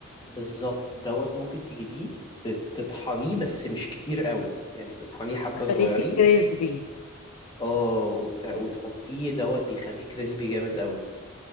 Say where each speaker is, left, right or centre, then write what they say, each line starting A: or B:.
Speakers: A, on the left; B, on the left.
A: بالظبط دوت ممكن تجيبيه تت- تطحنيه بس مش كتير قوي يعني تطحنيه حبة
B: اخليه
A: صغيرين
B: فيه كريسبي
A: اه وت... وتحطيه دوت بيخليه كريسبي جامد قوي